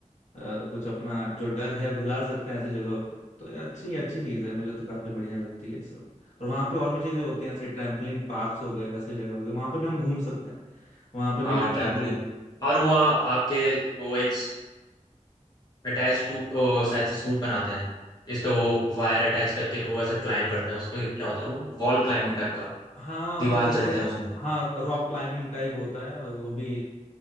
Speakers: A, on the left; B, on the left.
A: अ, कुछ अपना जो डर है भुला सकते हैं ऐसे जगहों पे तो ये अच्छी अच्छी चीज़ है मुझे तो काफ़ी बढ़िया लगती है सब और वहाँ पे और भी चीज़ें होती हैं ऐसे ट्रैम्पलिन पार्क्स
B: हम्म,
A: हो गए ऐसे जगह हो गए वहाँ पे भी हम घूम सकते हैं वहाँ पे
B: हाँ
A: भी एक
B: ट्रैम्पोलिन
A: फैमिली ट्रिप
B: और वो आपके वो एक अटैच टू शायद से सूट बनाते हैं इस पे वो वायर अटैच करके वो ऐसे क्लाइम करते हैं उस पे क्या होता है वो वॉल क्लाइंबिंग टाइप का
A: हाँ
B: दीवार
A: कुछ ऐसे
B: चढ़ते हैं उसमें
A: हाँ रॉक क्लाइंबिंग टाइप होता है वो भी